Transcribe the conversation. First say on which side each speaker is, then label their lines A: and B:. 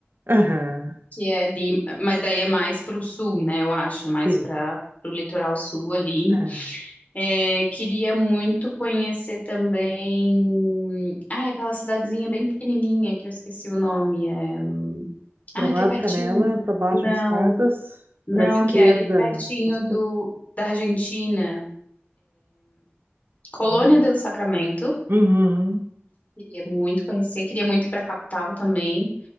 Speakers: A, on the right; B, on the left.
A: aham,
B: que é ali, mas daí é mais para o sul, né? Eu acho, é mais
A: sim.
B: para o litoral sul ali.
A: Ah.
B: É, queria muito conhecer também. ah, aquela cidadezinha bem pequenininha que eu esqueci o nome. É... ah,
A: Gramado,
B: que é pertinho.
A: Canela, para baixo,
B: Não,
A: Mostardas,
B: não,
A: para esquerda.
B: que é ali pertinho
A: Passou?
B: do da Argentina. Colônia
A: Hum.
B: del Sacramento.
A: Uhum,
B: Queria muito conhecer. Queria muito ir para a capital também.